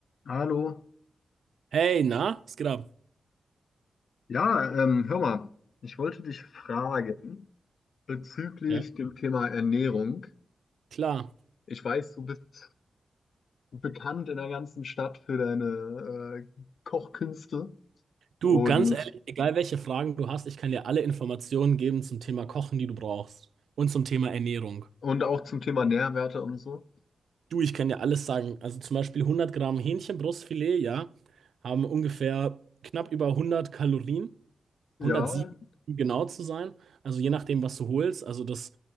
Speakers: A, on the left; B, on the right.
A: Hallo.
B: Hey, na, was geht ab?
A: Ja, ähm, hör mal, ich wollte dich fragen bezüglich
B: Ja,
A: dem Thema Ernährung.
B: klar.
A: Ich weiß, du bist bekannt in der ganzen Stadt für deine äh, Kochkünste
B: Du,
A: und,
B: ganz ehrlich, egal welche Fragen du hast, ich kann dir alle Informationen geben zum Thema Kochen, die du brauchst. Und zum Thema Ernährung.
A: und auch zum Thema Nährwerte und so.
B: Du, ich kann dir alles sagen. Also zum Beispiel 100 Gramm Hähnchenbrustfilet, ja, haben ungefähr knapp über 100 Kalorien.
A: Ja,
B: 107, um genau zu sein. Also je nachdem, was du holst. Also das